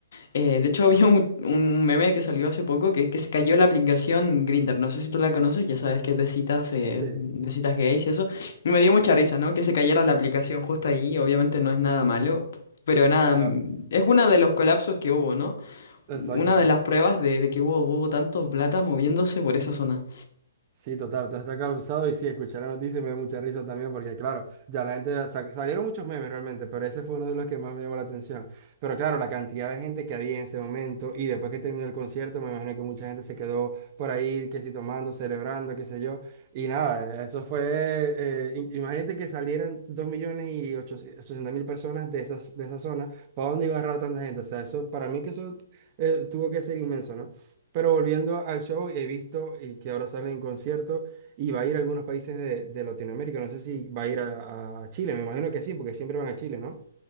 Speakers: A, on the left; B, on the right.
A: Eh, de hecho, <laughs> había un, un meme que salió hace poco que, que se cayó la aplicación Grindr. No sé si tú la conoces, ya sabes que es de citas, eh,
B: Sí,
A: de
B: sí,
A: citas gays y eso. Y me dio mucha risa, ¿no? Que se cayera la aplicación justo ahí. Obviamente no es nada malo, pero nada,
B: claro,
A: mm, es uno de los colapsos que hubo, ¿no?
B: exactamente.
A: Una de las pruebas de, de que hubo, hubo tanto plata moviéndose por esa zona.
B: Sí, total, entonces está causado y sí, escuchar la noticia me da mucha risa también porque claro, ya la gente, sa- salieron muchos memes realmente, pero ese fue uno de los que más me llamó la atención. Pero claro, la cantidad de gente que había en ese momento y después que terminó el concierto, me imagino que mucha gente se quedó por ahí, que si tomando, celebrando, qué sé yo. Y nada, eso fue, eh, im- imagínate que salieran dos millones y ochocientos mil personas de esas, de esa zona, ¿para dónde iba a agarrar tanta gente? O sea, eso, para mí que eso eh, tuvo que ser inmenso, ¿no? Pero volviendo al show, he visto y que ahora sale en concierto y va a ir a algunos países de, de Latinoamérica. No sé si va a ir a, a Chile, me imagino que sí, porque siempre van a Chile, ¿no?